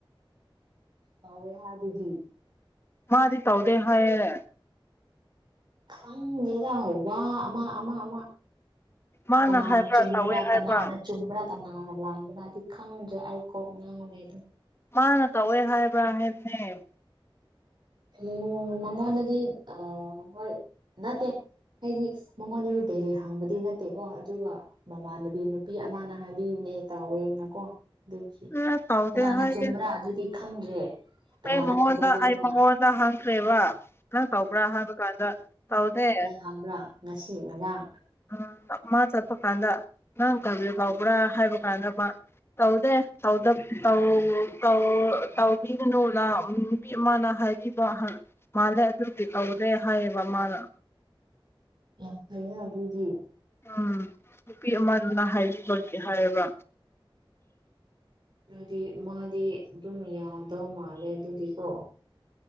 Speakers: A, on the right (about 55°); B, on the left (about 25°).
A: ꯇꯧꯋꯦ ꯍꯥꯢꯗꯨꯗꯤ
B: ꯃꯥꯗꯤ ꯇꯧꯗꯦ ꯍꯥꯏꯌꯦ
A: ꯈꯪꯗꯦꯗ ꯋꯥ ꯑꯃ ꯑꯃ ꯑꯃ
B: ꯃꯥꯅ
A: ꯀꯅꯥꯅ
B: ꯍꯥꯏꯕ꯭ꯔꯥ
A: ꯆꯨꯝꯕ꯭ꯔꯥ
B: ꯇꯧꯋꯦ ꯍꯥꯏꯕ꯭ꯔꯥ
A: ꯀꯅꯥꯅ ꯆꯨꯝꯕ꯭ꯔꯥ ꯀꯅꯅꯥ ꯂꯥꯟꯕ꯭ꯔꯥꯗꯤ ꯈꯪꯗꯔ‌ꯦ ꯑꯩ ꯀꯣꯛ ꯉꯥꯎꯔꯦꯗ
B: ꯃꯥꯅ ꯇꯧꯋꯦ ꯍꯥꯏꯕ ꯍꯥꯏꯕꯅꯦ
A: ꯎꯝ ꯃꯉꯣꯟꯗꯗꯤ ꯑ ꯍꯣꯏ ꯅꯠꯇꯦ ꯍꯥꯏꯗꯤ ꯃꯉꯣꯟꯗꯗꯤ ꯗꯥꯏꯔꯦꯛ ꯍꯪꯕꯗꯤ ꯅꯠꯇꯦꯀꯣ ꯑꯗꯨꯒ ꯃꯃꯥꯟꯅꯕꯤ ꯅꯨꯄꯤ ꯑꯃꯅ ꯍꯥꯏꯕꯤꯕꯅꯦ ꯇꯥꯎꯋꯦꯅꯀꯣ ꯑꯗꯨꯒꯤ
B: ꯑꯦ ꯇꯧꯗꯦ
A: ꯀꯅꯥꯅ
B: ꯍꯥꯏꯌꯦ
A: ꯆꯨꯝꯕ꯭ꯔꯥ ꯑꯗꯨꯗꯤ ꯈꯪꯗ꯭ꯔꯦ ꯀꯅꯥꯗ
B: ꯑꯩ ꯃꯉꯣꯟꯗ
A: ꯊꯥꯖꯗꯣꯏꯅꯣ
B: ꯑꯩ ꯃꯉꯣꯟꯗ ꯍꯪꯈ꯭ꯔꯦꯕ ꯅꯪ ꯇꯧꯕ꯭ꯔꯥ ꯍꯥꯏꯕ ꯀꯥꯟꯗ ꯇꯧꯗꯦ
A: ꯈꯪꯕ꯭ꯔꯥ ꯉꯁꯤ ꯉꯔꯥꯡ
B: ꯎꯝ ꯃꯥ ꯆꯠꯄ ꯀꯥꯟꯗ ꯅꯪ ꯏꯟꯇꯔꯚ꯭ꯌꯨ ꯇꯧꯕ꯭ꯔꯥ ꯍꯥꯏꯕ ꯀꯥꯟꯗ ꯃꯥ ꯇꯧꯗꯦ ꯇꯧꯗ ꯇꯧ ꯇꯧ ꯇꯧꯕꯤꯒꯅꯨꯅ ꯎꯝ ꯅꯨꯄꯤ ꯑꯃꯅ ꯍꯥꯏꯕꯤꯕ ꯃꯥꯜꯂꯦ ꯑꯗꯨꯗꯤ ꯇꯧꯗꯦ ꯍꯥꯏꯌꯦꯕ ꯃꯥꯅ
A: ꯌꯥꯝ ꯐꯩꯅ ꯑꯗꯨꯗꯤ
B: ꯎꯝ ꯅꯨꯄꯤ ꯑꯃꯗꯨꯅ ꯍꯥꯏꯕꯤꯕꯒꯤ ꯍꯥꯏꯌꯦꯕ
A: ꯗꯨꯗꯤ ꯃꯥꯗꯤ ꯑꯗꯨꯝ ꯌꯥꯎꯗꯧ ꯃꯥꯜꯂꯦ ꯑꯗꯨꯗꯤꯀꯣ